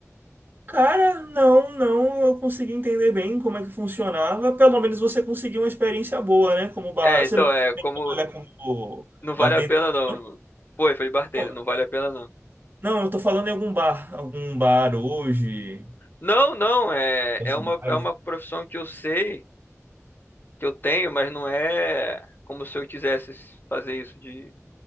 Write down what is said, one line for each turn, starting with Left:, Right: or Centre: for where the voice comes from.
Right: Cara, não, não, eu consegui entender bem como é que funcionava. Pelo menos você conseguiu uma experiência boa, né? Como bar.
Left: É, então,
Right: Você não
Left: é, como
Right: trabalha como
Left: não vale
Right: bartender?
Left: a pena não.
Right: Não,
Left: Pô, foi bartender,
Right: não,
Left: não vale a pena não.
Right: Não, eu tô falando em algum bar, algum bar hoje.
Left: Não, não, é,
Right: Da
Left: é
Right: cidade.
Left: uma, é uma profissão que eu sei, que eu tenho, mas não é como se eu quisesse fazer isso de